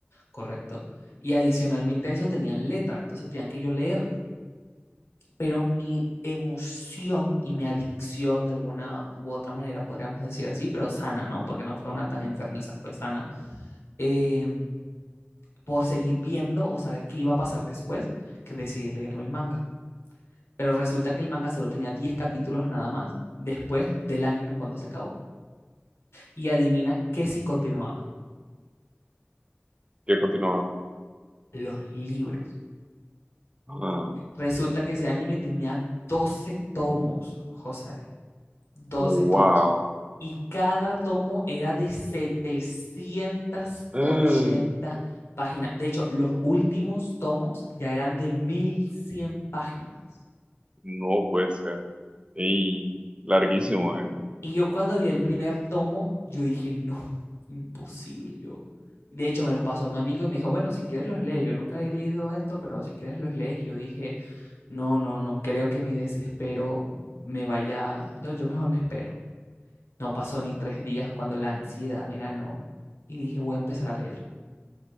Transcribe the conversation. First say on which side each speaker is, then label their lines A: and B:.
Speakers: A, on the left (about 85°); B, on the right (about 25°).
A: correcto. Y adicionalmente a eso tenían letra, entonces tenían que yo leer. Pero mi emoción y mi adicción, de alguna u otra manera, podríamos decir así, pero sana, ¿no? Porque no fue una tan enfermiza, fue sana. eh, por seguir viendo o saber qué iba a pasar después, que decidir leerme el manga. Pero resulta que el manga solo tenía 10 capítulos nada más después del anime cuando se acabó. Y adivina que si continuaba,
B: ¿Qué continuaba?
A: los libros.
B: Ah,
A: Resulta que ese anime tenía 12 tomos, José, doce
B: wow.
A: tomos. Y cada tomo era de setecientas
B: Ah,
A: ochenta páginas. De hecho, los últimos tomos ya eran de 1100 páginas.
B: no puede ser. Y larguísimo, ¿eh?
A: Y yo cuando vi el primer tomo, yo dije, no, imposible, yo. De hecho, me los pasó mi amigo y me dijo, bueno, si quieres los lees. Yo nunca he leído esto, pero si quieres los lees. Yo dije, No, no, no creo que mi desespero me vaya. No, yo mejor me espero. No pasó ni tres días cuando la ansiedad me ganó y dije, voy a empezar a leer.